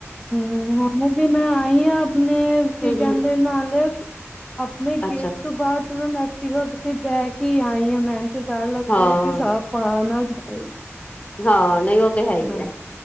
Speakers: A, in the centre; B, on the left.
A: ਹੂੰ, ਹੋਨ ਵੀ ਮੈਂ ਆਈ ਆਂ ਅਪਨੇ ਕੀ
B: ਹੂੰ-ਹੂੰ,
A: ਕੈਂਦੇ ਨਾਲ ਅਪਨੇ
B: ਅੱਛਾ
A: ਗੇਟ ਤੋ ਬਾਰ ਤੁਰੰਨ ਐਕਟੀਵਾ ਤੇ ਬੈਕੇ ਈ ਆਈ ਆਂ ਮੈਨ ਤੇ ਡਾਰ ਲਗਦੈ
B: ਹਾਂ,
A: ਕਿ ਸਾੱਪ ਆ ਨਾ ਜਾਏ।
B: ਹਾਂ ਨਈ ਓ ਤਾਂ ਹੈ ਈ
A: ਹਾਂ।
B: ਐ,